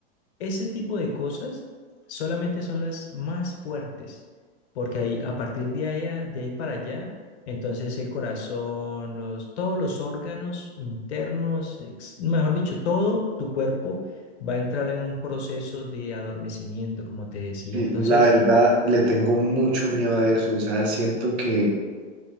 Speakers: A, on the left (about 75°); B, on the right (about 70°).
A: Ese tipo de cosas solamente son las más fuertes, porque ahí, a partir de ahí de ahí para allá, entonces el corazón, los, todos los órganos internos, ex- mejor dicho, todo tu cuerpo va a entrar en un proceso de adormecimiento, como te decía.
B: Y
A: Entonces,
B: La verdad, le tengo mucho miedo a eso. O sea, siento que